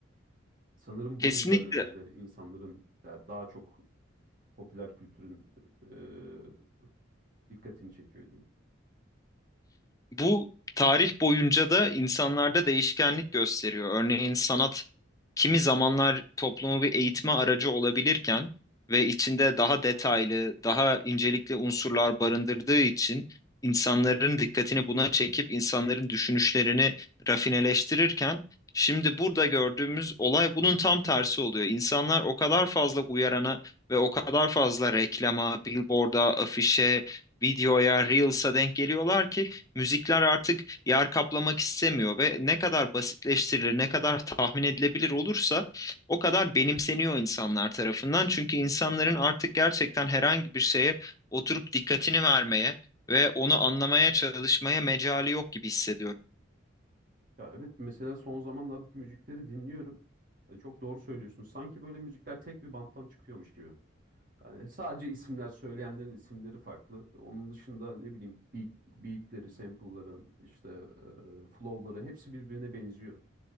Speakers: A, on the right (about 45°); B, on the left (about 15°).
A: Sanırım
B: Kesinlikle
A: bu yüzden herhalde insanların ya daha çok popüler kültürün e, dikkatini çekiyor diyeyim.
B: bu tarih boyunca da insanlarda değişkenlik gösteriyor. Örneğin sanat kimi zamanlar toplumu bir eğitme aracı olabilirken ve içinde daha detaylı, daha incelikli unsurlar barındırdığı için insanların dikkatini buna çekip insanların düşünüşlerini rafineleştirirken şimdi burada gördüğümüz olay bunun tam tersi oluyor. İnsanlar o kadar fazla uyarana ve o kadar fazla reklama, billboard'a, afişe, videoya, reels'a denk geliyorlar ki müzikler artık yer kaplamak istemiyor ve ne kadar basitleştirilir, ne kadar tahmin edilebilir olursa o kadar benimseniyor insanlar tarafından. Çünkü insanların artık gerçekten herhangi bir şeye oturup dikkatini vermeye ve onu anlamaya çalışmaya mecali yok gibi hissediyorum.
A: Ya evet mesela son zamanlardaki müzikleri dinliyorum. E, çok doğru söylüyorsun. Sanki böyle müzikler tek bir banttan çıkıyormuş gibi. Yani sadece isimler söyleyenlerin isimleri farklı. Onun dışında ne bileyim beat, beatleri, sample'ları, işte e, flow'ları hepsi birbirine benziyor.